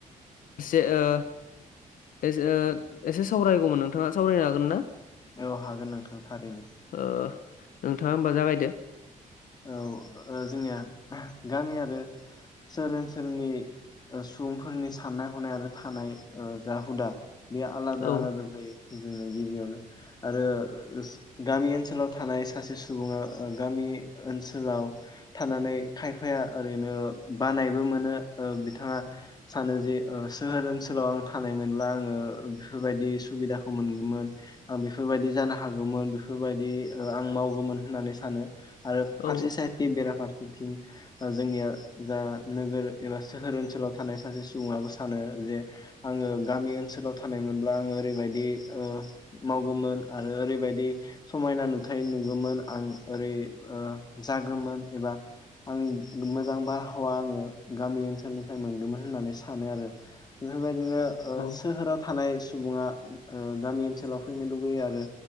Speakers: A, on the left; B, on the left.
A: से ओ,, ए एसे सावरायगौमोन नोंथाङा सावरायनो हागोन ना?
B: औ हागोन नोंथां थारैनो।
A: ओ नोंथाङा होमबा जागायदो।
B: औ जोंनिया गामि आरो,, सोहोर ओनसोलनि सुबुंफोरनि साननाय हनाय आरो थानाय जा हुदा,, बेयो आलादा-
A: औ
B: आलादा जायो। जोंनो गिबियावनो आरो गामि ओनसोलाव थानाय सासे सुबुङा ओ गामि,, ओनसोलाव थानानै खायफाया ओरैनो बानायबो मोनो ओ बिथाङा,, सानो जे सोहोर ओनसोलाव आं थानाय मोनब्ला आङो बेफोरबायदि सुबिदाखौ मोनगोन। आं बेफोरबायदि जानो हागौमोन बेफोरबायदि आं मावगौमोन होननानै सानो,, आरो फारसे
A: औ
B: साइदनि बेराफार,, थिं जोंनिया जा नोगोर एबा सोहोर ओनसोलाव थानाय सासे सुबुङाबो सानो,, जे आङो गामि ओनसोलाव थानायमोनब्ला आङो ओरैबायदि मावगौमोन आरो,, ओरैबायदि समायना नुथाय नुगौमोन आं ओरै,, जागोमोन एबा,, आं मोजां बारहावा आङो गामि ओनसोलनिफ्राय मोनगौमोन होननानै सानो आरो,, बेफोरबायदिनो
A: औ
B: सोहोराव थानाय,, सुबुङा गामि ओनसोलाव फैनो लुुबैयो आरो